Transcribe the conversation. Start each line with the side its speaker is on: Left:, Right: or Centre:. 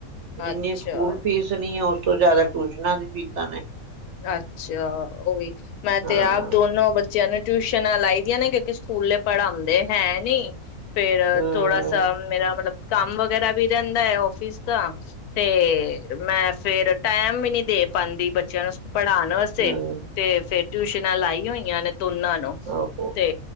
Right: ਜਿੰਨੀ
Left: ਅੱਛਾ
Right: ਸਕੂਲ ਫੀਸ ਨਹੀਂ ਉਸ ਤੋਂ ਜ਼ਿਆਦਾ ਟਊਸ਼ਨਾਂ ਦੀ ਪੀਤਾ ਨੇ
Left: ਅੱਛਾ ਉਹੀ ਮੈਂ
Right: ਹਾਂ
Left: ਤੇ ਆਪ ਦੋਨੋ ਬੱਚੇ ਬੱਚਿਆਂ ਨੂੰ ਟਿਊਸ਼ਨਾਂ ਲਾਈ ਦੀਆਂ ਨੇ ਕਿਉਂਕਿ ਸਕੂਲੇ ਪੜ੍ਹਾਉਂਦੇ ਹੈ ਨੀ ਫੇਿਰ
Right: ਹਮ
Left: ਥੋੜਾ ਸਾ ਮੇਰਾ ਮਤਲਬ ਕੰਮ ਵਗੈਰਾ ਵੀ ਰਹਿੰਦਾ ਹੈ, ਆਫਿਸ ਦਾ ਤੇ ਮੈਂ ਫੇਰ ਟੈਮ ਵੀ ਨੀ ਦੇ ਪਾਉਂਦੀ ਬੱਚਿਆਂ ਨੂੰ। ਪੜ੍ਹਾਉਣ ਵਾਸੇ
Right: ਹਮ
Left: ਤੇ ਫੇਰ ਟਿਊਸ਼ਨਾਂ ਲਾਈ ਹੋਈਆਂ ਨੇ। ਦੋਨਾਂ ਨੂੰ
Right: ਆਹੋ
Left: ਤੇ